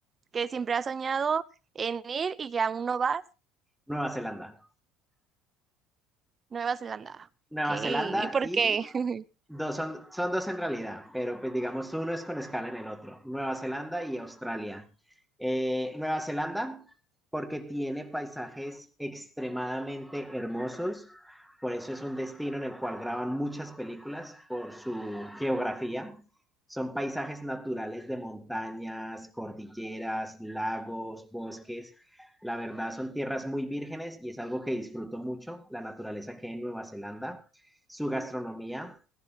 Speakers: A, on the right; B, in the centre.
A: que siempre has soñado en ir y que aún no vas?
B: Nueva Zelanda.
A: Nueva Zelanda.
B: Nueva
A: Ok, ¿y
B: Zelanda
A: por
B: y
A: qué? <laughs>
B: Dos son, son dos en realidad, pero pues digamos uno es con escala en el otro, Nueva Zelanda y Australia. Eh, Nueva Zelanda, porque tiene paisajes extremadamente hermosos, por eso es un destino en el cual graban muchas películas por su geografía. Son paisajes naturales de montañas, cordilleras, lagos, bosques. La verdad son tierras muy vírgenes y es algo que disfruto mucho, la naturaleza que hay en Nueva Zelanda, su gastronomía,